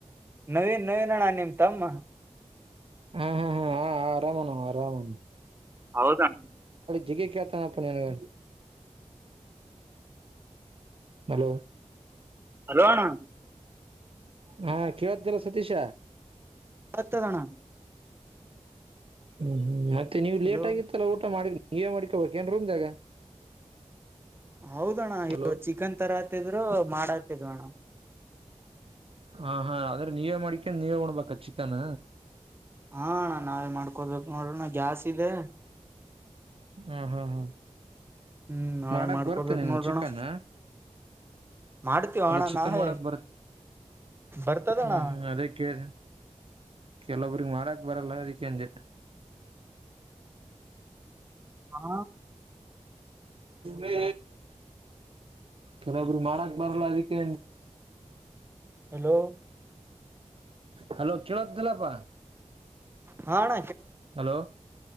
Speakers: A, on the right; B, on the right.
A: ನವೀನ್ ನವೀನಣ್ಣ ನಿಮ್ ತಮ್ಮ
B: ಹಾ ಹಾ ಹಾ ಹ ಆರಾಮನ ಆರಾಮ
A: ಹೌದಾ
B: ಜಗ ಕತಾನಪನನಗ ಮಲ
A: ಹಲೋಣ
B: ಹಾ ಕೇಳ್ದಲ್ಲ ಸತೀಶ
A: ಹತ್ತ ತಣ
B: ಹ್ಮ್ ಮತ್ತೆ ನೀವು
A: ಹಲೋ
B: ಲೇಟ್ ಆಗಿತ್ತಲ್ಲ ಊಟ ಮಾಡ ನೀ ಮಾಡ್ಕೊಬೇಕ ಏನ್ ರೂಮ್ದಾಗ
A: ಹೌದಣ್ಣ ಇ
B: ಹಲೋ
A: ಚಿಕನ್ ತರ ಆತಿದ್ರು ಮಾಡಾತಿದ್ ಅಣ್ಣ
B: ಹಾ ಹಾ ಆದ್ರೆ ನೀವೇ ಮಾಡಿಕೊಂಡ ನೀವೇ ಹೊಡ್ಬೇಕ ಚಿಕನ್
A: ಹಾಣಾ ನಾವಲ್ ಮಾಡ್ಕೊಡ್ಬೇಕು ನೋಡೋಣ ಜಾಸ್ತಿ ಇದೆ
B: ಹಾ ಹಾ ಹ್ಮ
A: ಹ್ಮ್ ನಾವೇ
B: ಮಾಡಕ್
A: ಮಾಡ್ಕೊಬೇಕ್
B: ಬರ್ತ ನಿನ್ಗೆ
A: ನೋಡೋಣ
B: ಚಿಕನ್
A: ಮಾಡ್ತೀವ
B: ಅಲ್ಲ
A: ಅಣ್ಣ
B: ಚಿಕನ್
A: ನಾವೇ
B: ಮಾಡಕ್ ಬರತ್ತ
A: ಬರ್ತದಣ್ಣ
B: ಹ್ಮ್ ಹ್ಮ್ ಅದೇ ಕೇಳಿದೆ ಕೆಲೊಬ್ರಿಗೆ ಮಾಡಕ್ ಬರಲ್ಲ ಅದಕ್ಕೆಂಜೆ
A: ಹಾ
B: ಮ ಹಲೊಬ್ರು ಮಾಡಕ್ ಬರಲ್ಲ ಅದಕ್ಕೆ
A: ಹಲೋ
B: ಹಲೋ ಕೇಳಲ್ಲಪ್ಪ
A: ಹಾಣ
B: ಹಲೋ